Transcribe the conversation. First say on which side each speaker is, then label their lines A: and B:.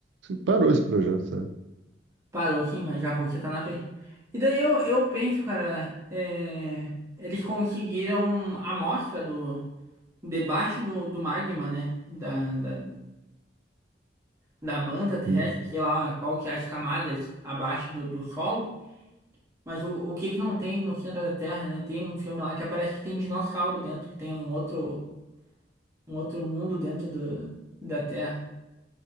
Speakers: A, on the right (about 75°); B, on the right (about 15°).
A: Parou esse projeto, sabe?
B: Parou aqui, mas a Rússia tá na frente. E daí eu, eu penso, cara, é, eles conseguiram a amostra do, debaixo do, do magma, né? Da, da, da manta terrestre,
A: Sim.
B: sei lá qual que é as camadas abaixo do, do solo. Mas o, o que que não tem no centro da Terra, né? Tem um filme lá que aparece que tem dinossauro dentro, que tem um outro, um outro mundo dentro do, da Terra.